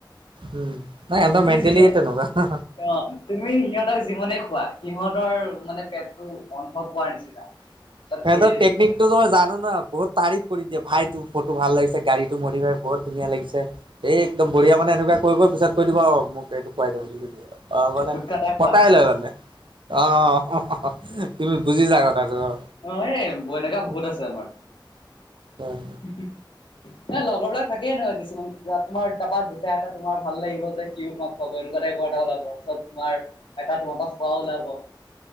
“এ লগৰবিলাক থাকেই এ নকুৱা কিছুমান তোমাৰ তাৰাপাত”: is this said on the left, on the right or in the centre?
Left